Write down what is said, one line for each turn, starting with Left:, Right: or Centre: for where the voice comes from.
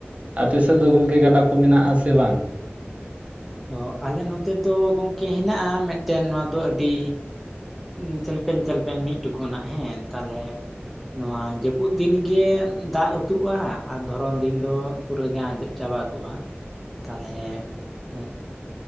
Right: ᱟᱯᱮ ᱥᱮᱫ ᱫᱚ ᱜᱚᱢᱠᱮ ᱜᱟᱰᱟ ᱠᱚ ᱢᱮᱱᱟᱜᱼᱟ ᱥᱮ ᱵᱟᱝ?
Centre: ᱚ ᱟᱞᱮ ᱱᱚᱛᱮ ᱫᱚ ᱜᱚᱝᱠᱮ ᱦᱮᱱᱟᱜᱼᱟ ᱢᱤᱫᱴᱮᱱ ᱱᱚᱣᱟ ᱫᱚ ᱟᱹᱰᱤ ᱮᱸ ᱪᱮᱞᱯᱮᱧ ᱪᱮᱞᱯᱮᱧ ᱢᱤᱫ ᱴᱩᱠᱩᱱᱟᱜ ᱦᱮᱸ ᱛᱟᱞᱦᱮ ᱱᱚᱣᱟ ᱡᱟᱹᱯᱩᱫ ᱫᱤᱱ ᱜᱮ ᱫᱟᱜ ᱩᱛᱩᱜᱼᱟ ᱟᱨ ᱫᱷᱚᱨᱚᱱ ᱫᱤᱱ ᱫᱚ ᱯᱩᱨᱟᱹ ᱜᱮ ᱟᱸᱡᱮᱜ ᱪᱟᱵᱟ ᱠᱚᱜᱼᱟ ᱛᱟᱞᱦᱮ ᱦᱮᱸ